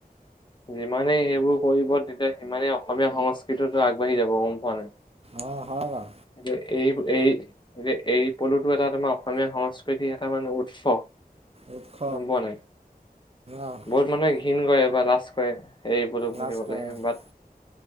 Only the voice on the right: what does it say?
অ হয় বাৰু।
উৎস
অঁ
লাজ কৰে
অঁ